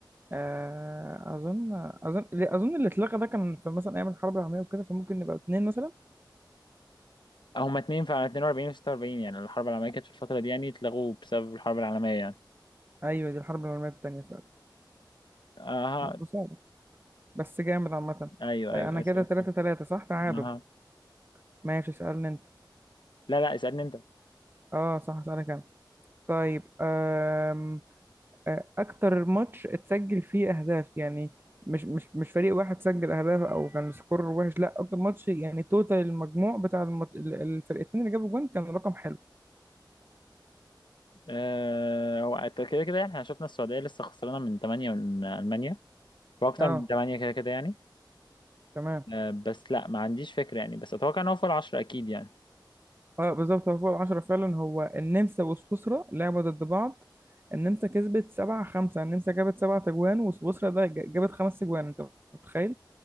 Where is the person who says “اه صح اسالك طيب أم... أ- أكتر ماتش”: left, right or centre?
Right